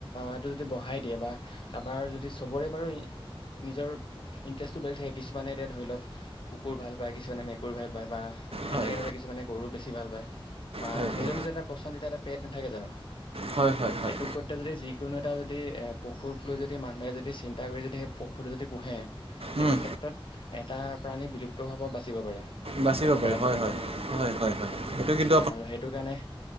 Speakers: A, on the left (about 60°); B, on the right (about 80°).
A: এইটো যদি বঢহাই দিয়ে বা কাৰোবাৰ যদি চবৰে বাৰু নিজৰ ইন্টাৰেষ্টটো বেলেগ থাকে কিছুমানে এতিয়া ধৰি লওক কুকুৰ ভাল পায় কিছুমানে মেকুৰী ভাল পায় বা
B: হয়
A: এনেকে ধৰে কিছুমানে গৰুও বেছি ভাল পায়। বা
B: হয় হয়
A: নিজৰ নিজৰ এটা পচন্দিতা এটা পেট নাথাকে জানো
B: হয় হয় হয়
A: এইটো কৰতে যদি যি কিয়নো এটা যদি পশুৰক লৈ যদি মানুহে যদি চিন্তা কৰি যদি সেই পশুৰটো যদি পোহে তেনে
B: উম,
A: ক্ষেত্ৰত এটা প্ৰাণী বিলুপ্ত হাৱ বাচিব পাৰে।
B: বাচিব
A: পশুপালনৰ
B: পাৰে হয়
A: ক্ষেত্ৰত
B: হয় হয় হয় হয় সেইটো কিন
A: আৰু সেইটো কাৰণে